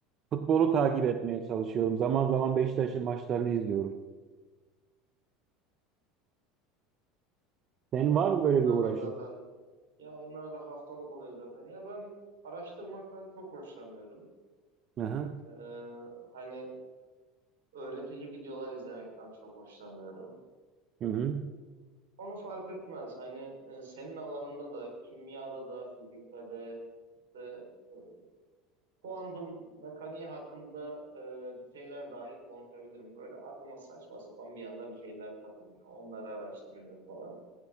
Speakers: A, on the right; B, on the right.
A: futbolu takip etmeye çalışıyorum. Zaman zaman Beşiktaş'ın maçlarını izliyorum. Senin var mı böyle
B: Onlar
A: bir uğraşın?
B: da zaten ya onlar da haftalık oluyor zaten. Ya ben araştırmaktan çok hoşlanıyorum.
A: Aha.
B: Ee, hani öğretici videolar izlemekten çok hoşlanıyorum.
A: Hı hı.
B: Onu fark etmez. Hani e, senin alanında da kimyada da fizikte de işte e, kuantum mekaniği hakkında e, bir şeyler dahi konuşabilirim. Böyle aklıma saçma sapan bir anda bir şeyler takılıyor. Onları araştırıyorum falan.